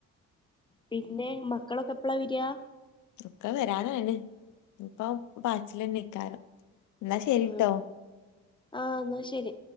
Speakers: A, on the left; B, on the left.
A: പിന്നെ മക്കളൊക്കെ എപ്ളാ വരിയാ?
B: ഇക്ക വരാനായിണ് ഇപ്പം ബാച്ചില് നിക്കാ <unintelligible> എന്നാ ശരീട്ടോ
A: ആഹ് ആഹ് എന്നാ ശരി